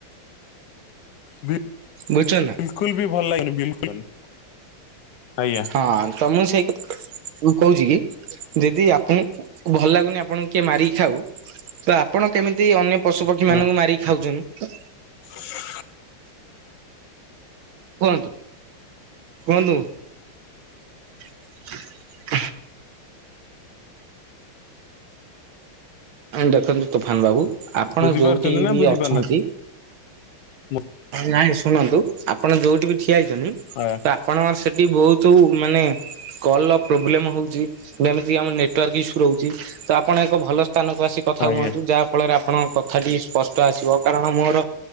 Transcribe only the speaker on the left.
ବି
ବିଲକୁଲ ବି ଭଲ ଲାଗେନି ବିଲକୁଲ ବି ଆଜ୍ଞା।
ହଁ
<inaudible>
ବୁଝିପାରୁଛନ୍ତି
ନା
ବୁଝିପାରୁନାହାନ୍ତି
ମୁଁ
ଆ
ଆଜ୍ଞା।